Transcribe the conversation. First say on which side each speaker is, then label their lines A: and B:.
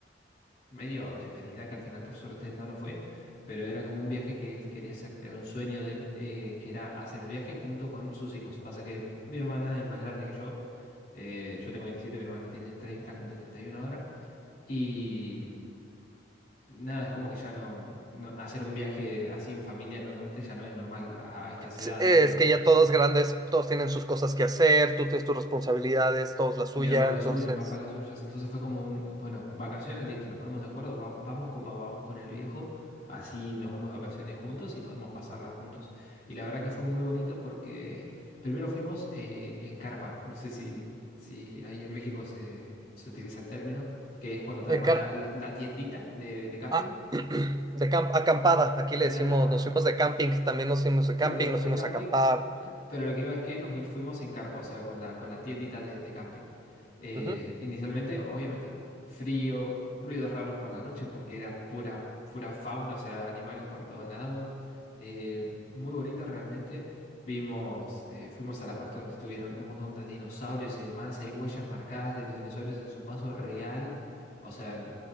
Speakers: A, on the left; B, on the right.
A: medio despedida, que al final por suerte no lo fue, pero era como un viaje que él quería hacer, era un sueño de él, eh, que era hacer el viaje junto con sus hijos. Pasa que mi hermana es más grande que yo, eh, yo tengo veintisiete mi hermana tiene treinta cumple 31 ahora, y nada, es como que ya no, no- hacer un viaje así en familia normalmente ya no es normal a, a estas
B: S-
A: edades
B: Es
A: normalmente.
B: que ya todos grandes, todos tienen sus cosas que hacer, tú tienes tus responsabilidades, todos la suya,
A: Mi hermana las
B: entonces...
A: suyas, mi papá las suyas. Entonces fue como un, bueno, vacaciones, listo, nos ponemos de acuerdo, va- vamos con papá, vamos con el viejo, así nos vamos de vacaciones juntos y podemos pasarlas juntos. Y la verdad que fue muy bonito porque primero fuimos eh, en carpa, no sé si, si ahí en México se, se utiliza el término, que es cuando te
B: eh,
A: armas
B: car-
A: la, la- la tiendita de, de camping,
B: ah, <clears throat> de camp- acampada, aquí le
A: la
B: decimos,
A: campa.
B: nos fuimos de camping, también nos fuimos de
A: Claro,
B: camping, nos
A: de
B: fuimos
A: camping,
B: a acampar.
A: eh, pero lo que iba es que nos fui- fuimos en carpa, o sea, con la, con la tiendita de, de camping. Eh,
B: Ujú.
A: inicialmente, obviamente, frío, ruidos raros por la noche, porque era pura, pura fauna, o sea, animales por todos lados. Eh, muy bonito realmente. Vimos, eh, fuimos a la parte donde estuvieron un montón de dinosaurios y demás. Hay huellas marcadas de los dinosaurios en su paso real. O sea, no-